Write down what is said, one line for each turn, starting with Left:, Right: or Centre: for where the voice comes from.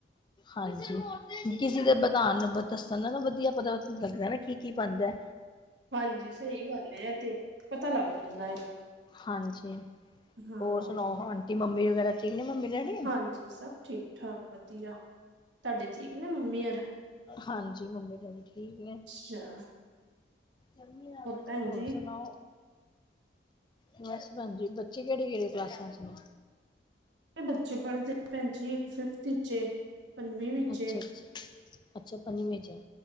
Left: ਹਾਂਜੀ ਕਿਸੇ
Right: ਹਾਂ
Left: ਦੇ ਬਤਾਣ ਨ ਦੱਸਣ ਨਾਲ ਵਧੀਆ ਪਤਾ ਲੱਗਦਾ ਨਾ ਕੀ-ਕੀ ਪਾਂਦਾ।
Right: ਹਾਂਜੀ ਸਹੀ ਗੱਲ ਏ ਇਹ ਤੇ ਪਤਾ ਲੱਗ ਜਾਂਦਾ
Left: ਹਾਂਜੀ
Right: ਹਾਂ।
Left: ਹੋਰ ਸੁਣਾਓ, ਆਂਟੀ, ਮੰਮੀ ਵਗੈਰਾ ਠੀਕ ਨੇ ਮੰਮੀ ਡੈਡੀ
Right: ਹਾਂਜੀ, ਸਭ ਠੀਕ ਠਾਕ ਵਧੀਆ, ਤੁਹਾਡੇ ਠੀਕ ਨੇ ਮੰਮੀ ਹੌਰ
Left: ਹਾਂਜੀ ਮੰਮੀ- ਡੈਡੀ ਠੀਕ ਨੇ।
Right: ਅੱਛਾ।
Left: ਵਧੀਆ ਵਾ,
Right: ਭੈਣ
Left: ਹੋਰ
Right: ਜੀ
Left: ਸੁਣਾਓ ਬਸ ਭੈਣ ਜੀ, ਬੱਚੇ ਕਿਹੜੀ -ਕਿਹੜੀ ਕਲਾਸਾਂ ਚ ਨੇ?
Right: ਬੱਚੇ ਪੜ੍ਹਦੇ ਭੈਣ ਜੀ ਇਕ ਫਿਫਥ ਵਿੱਚ ਏ, ਪੰਜਵੀਂ ਵਿੱਚ
Left: ਅੱਛਾ
Right: ਏ।
Left: ਅੱਛਾ ਪੰਜਵੀਂ ਚ ਆ।